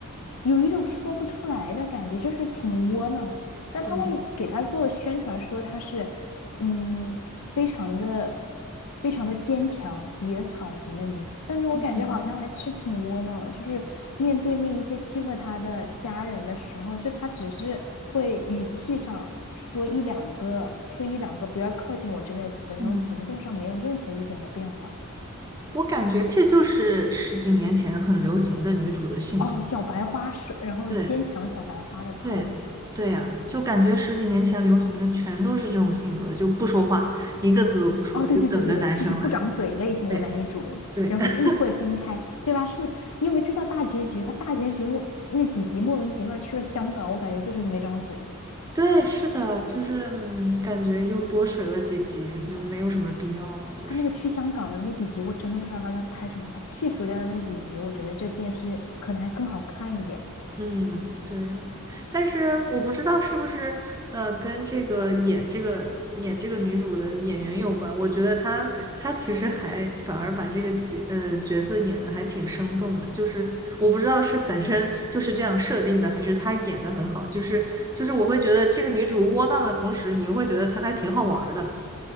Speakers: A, on the left (about 90°); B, on the right (about 15°).
A: 有一种说不出来的感觉，就是挺窝囊的但他们给她做的宣传说她是，
B: 对，
A: 嗯，非常的、非常的坚强、野草型的女主，但是我感觉好像还是挺窝囊的。
B: 嗯
A: 就是面对那一些欺负她的家人的时候，就她只是会语气上说一两个、说一两个不要靠近我之类的词，然后行动上没有任何一点的变化。
B: 嗯，我感觉这就是十几年前很流行的女主的性格。
A: 哦，小白花是，然后坚强小白花的套路是吧？
B: 对。对，对呀，就感觉十几年前流行的全都是这种性格，就不说话，一个字都不说，
A: 哦，对对对对对，
B: 就等着男生来。
A: 就是不长嘴类型的男女主，
B: 对，对
A: 然后误会分开，
B: <laughs>，
A: 对吧？是不是？因为这叫大结局，他大结局莫那几集莫名其妙去了香港，我感觉就是没长嘴。
B: 对，是的，就是嗯，感觉又多水了几集，就没有什么必要吧，就是。
A: 他那个去香港的那几集，我真的不知道他在拍什么。他剔除掉的那几集，我觉得这电视可能还更好看一点。
B: 嗯，对，但是我不知道是不是呃跟这个演这个演这个女主的演员有关。我觉得她她其实还反而把这个角呃角色演的还挺生动的，就是我不知道是本身就是这样设定的，还是她演的很好。就是就是我会觉得这个女主窝囊的同时，你又会觉得她还挺好玩儿的。